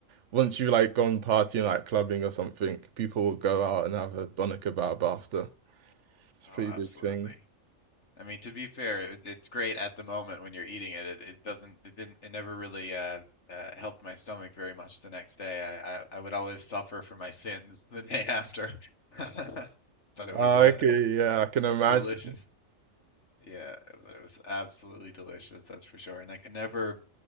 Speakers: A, on the right; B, on the left.
A: once you like gone partying, like clubbing or something, people will go out and have a doner kebab after. It's
B: Oh,
A: a pretty
B: absolutely.
A: big thing.
B: I mean, to be fair, it, it's great at the moment when you're eating it. It, it doesn't, it didn't, it never really uh, uh, helped my stomach very much the next day. I, I, I would always suffer for my sins <laughs> the day after. <laughs> But it was
A: Ah,
B: uh,
A: Okay, yeah, I can imagine.
B: delicious. Yeah, but it was absolutely delicious, that's for sure. And I could never,